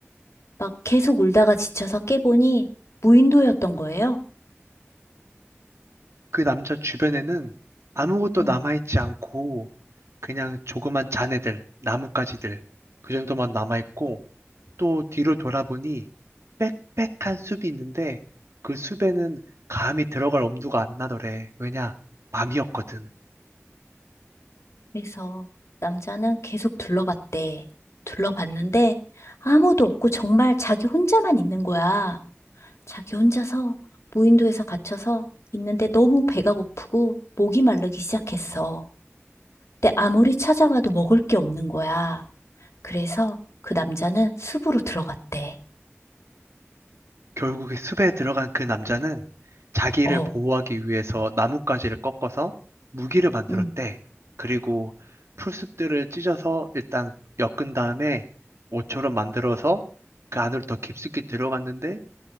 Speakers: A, on the left; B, on the right.
A: 막 계속 울다가 지쳐서 깨보니 무인도였던 거예요.
B: 그 남자 주변에는 아무것도
A: 응.
B: 남아있지 않고 그냥 조그만 잔해들, 나뭇가지들 그 정도만 남아있고 또 뒤로 돌아보니 빽빽한 숲이 있는데 그 숲에는 감히 들어갈 엄두가 안 나더래. 왜냐? 밤이었거든.
A: 그래서 남자는 계속 둘러봤대. 둘러봤는데 아무도 없고 정말 자기 혼자만 있는 거야. 자기 혼자서 무인도에서 갇혀서 있는데 너무 배가 고프고 목이 마르기 시작했어. 근데 아무리 찾아봐도 먹을 게 없는 거야. 그래서 그 남자는 숲으로 들어갔대.
B: 결국에 숲에 들어간 그 남자는 자기를
A: 어,
B: 보호하기 위해서 나뭇가지를 꺾어서 무기를 만들었대.
A: 응,
B: 그리고 풀숲들을 찢어서 일단 엮은 다음에 옷처럼 만들어서 그 안으로 더 깊숙이 들어갔는데